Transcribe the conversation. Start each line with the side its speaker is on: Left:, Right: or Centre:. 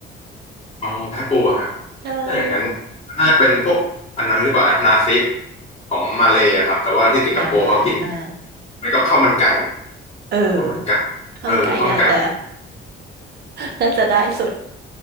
Left: อ๋อแพะปูอะครับ
Right: ใช่
Left: ถ้าอย่างนั้นน่าจะเป็นพวกอันนั้นหรือเปล่านะ นาซิของมาเลย์อะครับ แต่ว่าที่สิงคโปร์เขากิน
Right: อ่า
Left: แล้วก็ข้าวมันไก่
Right: เออ
Left: ข้าวมันไก่
Right: ข้าวมันไก่เนี่ยอาจจะ
Left: เออข้าวมันไก่
Right: <laughs> น่าจะได้สุด